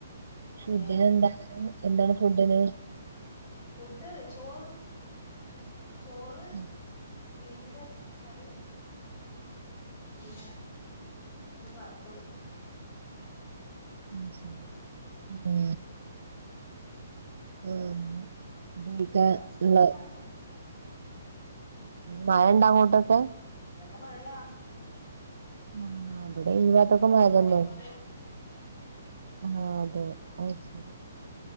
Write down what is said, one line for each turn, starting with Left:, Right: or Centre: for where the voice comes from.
Right: ഫുഡൊക്കെ
Left: ഏ
Right: എന്താണ് എന്താണ് ഫുഡിന്
Left: ഫുഡ് ചോർ ചോറ്
Right: ഉം
Left: മീനിന്റെ കറി പിന്നെ മീൻ വറുത്തതും
Right: അഹ് ശെരി പിന്നെ ആഹ് ഉപയോഗിക്കാ
Left: വേറെ സ്പെഷ്യൽ
Right: ഉള്ള
Left: ആയിട്ടൊന്നുല്ല
Right: മഴ ഉണ്ടോ അങ്ങോട്ടൊക്കെ
Left: നല്ല മഴയാ
Right: ആഹ് ഇവിടെ ഈ ഭാഗത്തൊക്കെ
Left: ഇപ്പ അങ്ങോട്ട്
Right: മഴ
Left: തോർന്നതേ
Right: തന്നെ
Left: ഉള്ളൂ
Right: ആഹ് അതെ ശരി